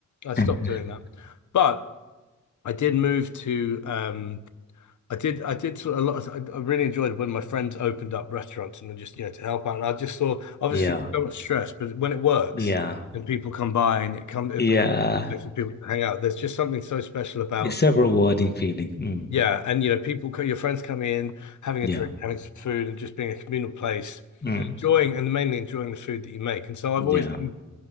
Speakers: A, on the left (about 75°); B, on the left (about 35°).
A: I stopped
B: <laughs>
A: doing that. But I did move to um I did I did sort of a lot of, I, I really enjoyed when my friends opened up restaurants and just you know to help out and I just saw obviously
B: Yeah.
A: it's so much stress but when it works
B: Yeah.
A: and people come by and it comes it
B: Yeah.
A: becomes a place for people to hang out there's just something so special about
B: It's a rewarding feeling. Mm.
A: yeah and you know people co- your friends coming in having
B: Yeah.
A: a drink having some food and just being a communal place
B: Mm.
A: and enjoying and mainly enjoying the food that you make and so I've
B: Yeah.
A: always been